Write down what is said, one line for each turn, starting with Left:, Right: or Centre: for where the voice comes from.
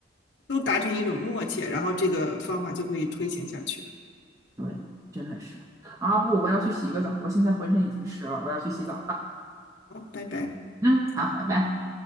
Left: 都达成一种默契，然后这个方法就可以推行下去。
Right: 对，真的是啊，不，我要去洗个澡，我现在浑身已经湿了，我要去洗澡了。
Left: 好，拜拜。
Right: 嗯，好，拜拜。